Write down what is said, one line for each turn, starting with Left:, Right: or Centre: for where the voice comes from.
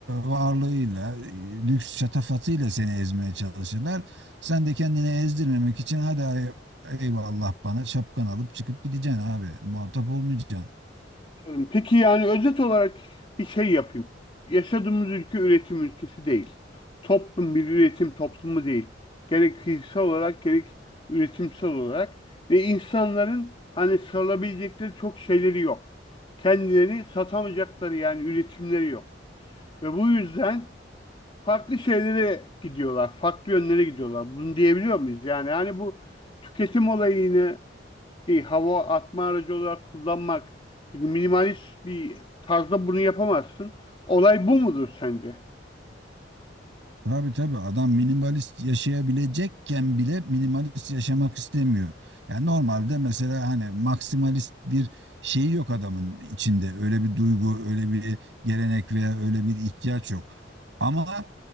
Right: varlığıyla, e, lüks şatafatıyla seni ezmeye çalışırlar. Sen de kendini ezdirmemek için hadi ay- eyvallah bana şapkan alıp çıkıp gideceksin abi. Muhatap olmayacaksın.
Left: Anladım. Peki yani özet olarak bir şey yapayım. Yaşadığımız ülke üretim ülkesi değil. Toplum bir üretim toplumu değil. Gerek fiziksel olarak gerek üretimsel olarak ve insanların hani sarılabilecekleri çok şeyleri yok. Kendileri satamayacakları yani üretimleri yok. Ve bu yüzden farklı şeylere gidiyorlar, farklı yönlere gidiyorlar. Bunu diyebiliyor muyuz? Yani hani bu tüketim olayını bir hava atma aracı olarak kullanmak. Çünkü minimalist bir tarzda bunu yapamazsın. Olay bu mudur sence?
Right: Tabii tabii adam minimalist yaşayabilecekken bile minimalist yaşamak istemiyor. Yani normalde mesela hani maksimalist bir şeyi yok adamın içinde. Öyle bir duygu, öyle bir gelenek veya öyle bir ihtiyaç yok. Ama